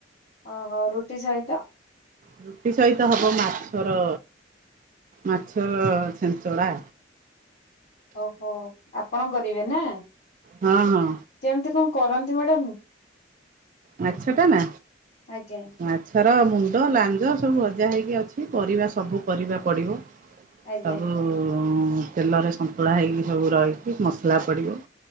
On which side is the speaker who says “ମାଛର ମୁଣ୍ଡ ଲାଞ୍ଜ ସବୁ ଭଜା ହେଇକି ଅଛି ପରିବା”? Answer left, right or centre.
Right